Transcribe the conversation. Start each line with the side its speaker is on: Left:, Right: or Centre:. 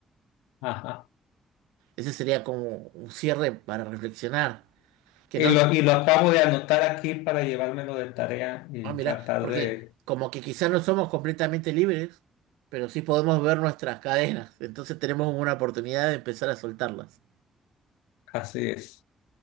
Left: Ajá.
Right: Ese sería como un cierre para reflexionar. Que
Left: Y
Right: no,
Left: lo, y lo acabo de anotar aquí para llevármelo de tarea y
Right: ah, mira,
Left: tratar
Right: porque
Left: de...
Right: como que quizás no somos completamente libres, pero sí podemos ver nuestras cadenas, entonces tenemos una oportunidad de empezar a soltarlas.
Left: Así es.